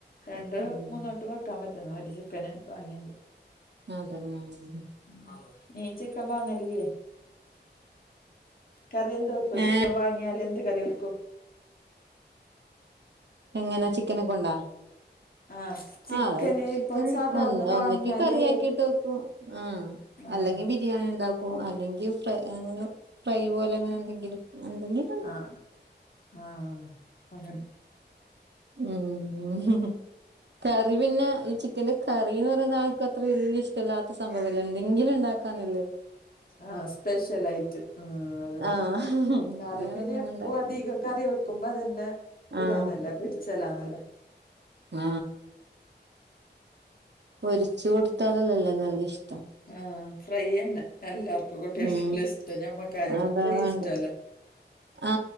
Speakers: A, on the left; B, on the right.
A: രണ്ട്
B: ഉം
A: മൂന്ന് വട്ടം വെ ക്കാൻ പറ്റുന്നു ഒരു ചിക്കന് വാങ്യെങ്ക്
B: അതന്നെ <unintelligible>
A: ഉം നിങ് ചിക്കൻ വാങ്ങലില്ലേ കറി എന്ത് വെപ്പു
B: ഏഹ്
A: ചിക്കൻ വാങ്ങിയാലെന്ത് കറിവെക്കും
B: എങ്ങനാ ചിക്കനെക്കൊണ്ടാ
A: ആഹ് ചിക്കന്
B: ആഹ് അ ചിക്കൻ
A: ഇപ്പൊ സാധാരണ
B: ഒന്ന്
A: വാങ്ങിയാലേ
B: ഒന്നെക്കി കറിയാക്കിട്ട് വെക്കും ആഹ്
A: ആഹ്
B: അല്ലെങ്കി ബി രിയാണി ണ്ടാക്കും അല്ലെങ്കി ഫ്ര ങ്ങനെ ഫ്രൈ പോലെ അങ്ങനെ എന്തെങ്കിലും അങ്ങ എന്തെങ്കെ
A: ആഹ് ആഹ് അങ്ങനെ
B: ഉം <unintelligible> കറി പിന്നെ ഈ ചി ക്കന്റെ കറിന്ന് പറയുന്നത് ആൾക്ക് അത്ര വല്ല്യെ ഇഷ്ടല്ലാത്ത സംഭവല്ലെ എന്നെങ്കിലും ഉണ്ടാക്കാന്നെ ള്ളൂ
A: ആഹ് സ്‌പെഷ്യലായിട്ട് ആഹ് അതന്നെ
B: ആഹ്
A: കറി
B: വേറെന്തെങ്കിലും
A: പിന്നെ എപ്പോ
B: ഉണ്ടാക്കണം
A: അധിക കറി വെക്കുമ്പോ അതന്നെ
B: ആഹ്
A: ഇതാന്നല്ലേ പിടിച്ചലാന്നല്ലേ
B: ആ പൊരിച്ച് കൊടുത്താലല്ലല്ലേ നല്ല ഇഷ്ട്ട
A: ആ ഫ്രൈ തന്നെ എല്ലാർക്കും കുട്ടികൾക്കെല്ലാം
B: ഉ
A: ഇഷ്ടം ഞമ്മക്കായങ്ങ്
B: അതാ
A: ഫ്രൈ
B: വേണ്ട
A: ഇഷ്ടമല്ല
B: ആ